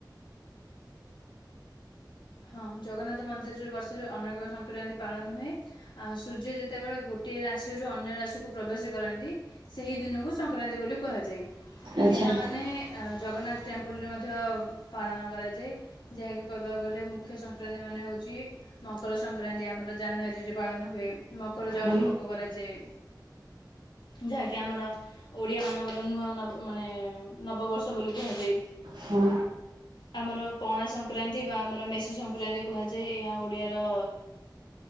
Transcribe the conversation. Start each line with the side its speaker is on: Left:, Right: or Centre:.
Left: ହଁ ଜଗନ୍ନାଥ ମନ୍ଦିରରେ ବର୍ଷରେ ଅନେକ ସଂକ୍ରାନ୍ତି ପାଳନ ହୁଏ। ଆ ସୂର୍ଯ୍ୟ ଯେତେବେଳେ ଗୋଟିଏ ରାଶିରୁ ଅନ୍ୟ ରାଶିକୁ ପ୍ରବେଶ କରନ୍ତି ସେହି ଦିନକୁ ସଂକ୍ରାନ୍ତି ବୋଲି କୁହାଯାଏ।
Right: ଆଚ୍ଛା
Left: ଏହା ମାନେ ଏ ଜଗନ୍ନାଥ ଟେମ୍ପୂଲରେ ମଧ୍ୟ ପାଳନ କରାଯାଏ। ଯାହାକି କହିବାକୁ ଗଲେ ମୁଖ୍ୟ ସଂକ୍ରାନ୍ତି ମାନେ ହଉଚି ମକର ସଂକ୍ରାନ୍ତି ଆମର ଜାନୁଆରୀରେ ପାଳନ ହୁଏ। ମକର ଚାଉଳ
Right: ହୁଁ
Left: ଭୋଗ କରାଯାଏ। ଯାହାକି ଆମର ଓଡ଼ିଆ ମାନଙ୍କର ନୂଆ ନ ମାନେ ନବବର୍ଷ ବୋଲି କୁହାଯାଏ।
Right: ହୁଁ
Left: ଆମର ପଣା ସଂକ୍ରାନ୍ତି ବା ଆମର ମେଷ ସଂକ୍ରାନ୍ତି କୁହାଯାଏ। ଏହା ଓଡିଆର